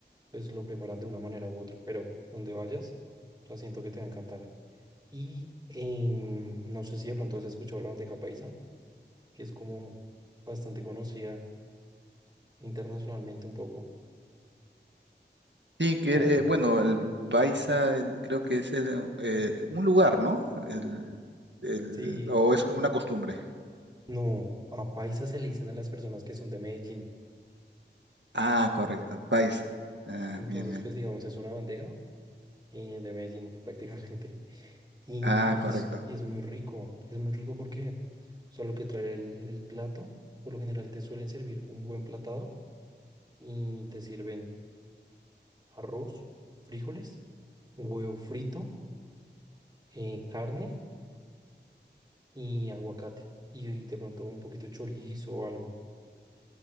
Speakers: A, on the right; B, on the right.
A: pues lo preparan de una manera u otra. Pero donde vayas, o sea, siento que te va a encantar. Y em, no sé si de pronto has escuchado la bandeja paisa, que es como bastante conocida internacionalmente un poco.
B: Sí, que
A: O
B: eh, bueno, el Baiza el- creo que es el, eh, un lugar, ¿no? El, el,
A: sí,
B: o es una costumbre.
A: no, a paisa se le dicen a las personas que son de Medellín.
B: Ah, correcto, Baiza. Ah,
A: Entonces,
B: bien, bien.
A: pues digamos, es una bandeja eh, de Medellín <laughs> prácticamente. Y,
B: Ah,
A: y
B: correcto.
A: es, y es muy rico, es muy rico porque solo que trae el, el plato, por lo general te suelen servir un buen platado y te sirven arroz, frijoles, huevo frito, eh, carne y aguacate. Y, de pronto un poquito de chorizo o algo.